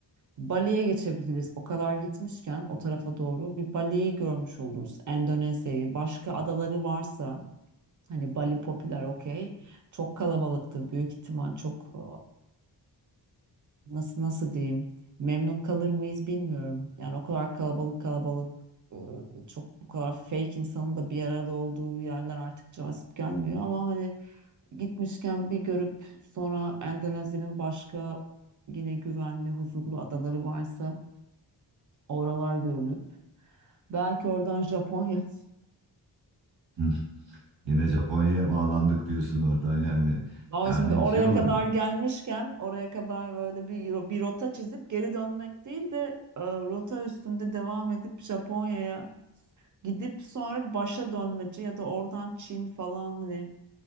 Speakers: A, on the right (about 45°); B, on the right (about 80°).
A: Bali'ye geçebiliriz. O kadar gitmişken o tarafa doğru bir Bali'yi görmüş oluruz. Endonezya'yı, başka adaları varsa hani Bali popüler okey. Çok kalabalıktır büyük ihtimal çok e, nasıl nasıl diyeyim memnun kalır mıyız bilmiyorum. Yani o kadar kalabalık kalabalık e, çok bu kadar fake insanın da bir arada olduğu yerler artık cazip gelmiyor ama hani gitmişken bir görüp sonra Endonezya'nın başka yine güvenli, huzurlu adaları varsa Oralar görülüp belki oradan Japonya. <laughs>
B: Hı. Yine Japonya'ya bağlandık diyorsun oradan yani.
A: Ama
B: Yani
A: şimdi oraya
B: şey olabilir.
A: kadar gelmişken oraya kadar böyle bir, ro- bir rota çizip geri dönmek değil de e, rota üstünde devam edip Japonya'ya gidip sonra başa dönmece ya da oradan Çin falan hani